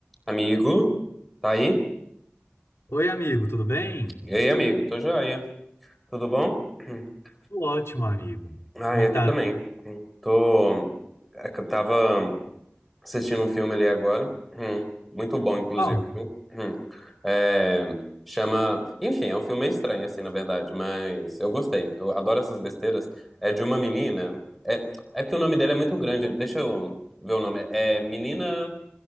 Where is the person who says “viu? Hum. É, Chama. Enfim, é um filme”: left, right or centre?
Centre